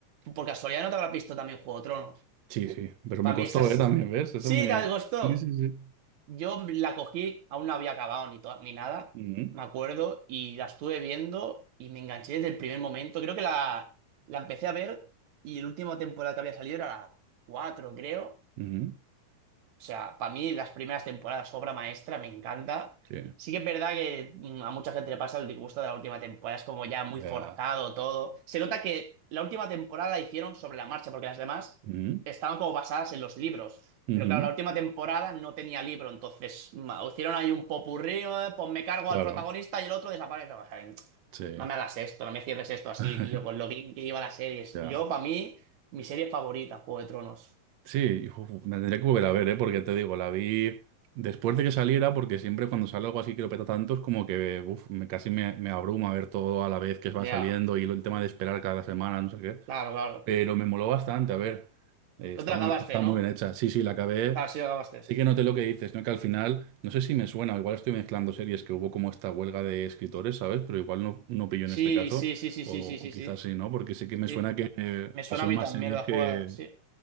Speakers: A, on the right; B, on the right.
A: por casualidad no te habrás visto también Juego de Tronos.
B: Sí, sí, pero
A: Para
B: me costó,
A: mí esas...
B: ¿eh? También, ¿ves? Eso
A: Sí,
B: me...
A: te gustó.
B: Sí, sí, sí.
A: Yo la cogí, aún no había acabado ni, to- ni nada,
B: Ujú,
A: me acuerdo, y la estuve viendo y me enganché desde el primer momento. Creo que la, la empecé a ver y la última temporada que había salido era la 4 creo.
B: ujú,
A: O sea, para mí las primeras temporadas, obra maestra, me encanta.
B: Sí,
A: Sí que es verdad que mm, a mucha gente le pasa el disgusto de la última temporada, es como ya muy
B: ya.
A: forzado todo. Se nota que la última temporada la hicieron sobre la marcha, porque las demás
B: Ujú,
A: estaban como basadas en los libros.
B: ujú,
A: Pero claro, la última temporada no tenía libro, entonces ma, hicieron ahí un popurrí, eh, pues me cargo
B: Claro,
A: al protagonista y el otro desaparece. Pues, Ay,
B: sí.
A: No me hagas esto, no me cierres esto así,
B: <laughs>
A: tío, con lo bien que iba la serie.
B: Ya.
A: Yo, para mí, mi serie favorita, Juego de Tronos.
B: Sí, uf, me tendría que volver a ver, ¿eh? Porque te digo, la vi después de que saliera, porque siempre cuando sale algo así que lo peta tanto es como que, uf, me, casi me, me abruma ver todo a la vez que va
A: Ya,
B: saliendo y lo- el tema de esperar cada semana, no sé qué.
A: Claro, claro.
B: Pero me moló bastante, a ver. Eh, está
A: No te la
B: muy,
A: acabaste,
B: está
A: ¿no?
B: muy bien hecha. Sí, sí, la acabé.
A: Ah, sí, la acabaste.
B: Sí que noté lo que dices, ¿no? Que al final, no sé si me suena, o igual estoy mezclando series que hubo como esta huelga de escritores, ¿sabes? Pero igual no, no pillo
A: Sí,
B: en este caso,
A: sí, sí, sí,
B: o,
A: sí, sí,
B: o
A: sí,
B: quizás
A: sí.
B: sí, ¿no? Porque sí que me
A: Sí.
B: suena que eh,
A: Me suena
B: pasó
A: a
B: en
A: mí
B: más
A: también
B: series
A: la
B: que,
A: jugada, sí.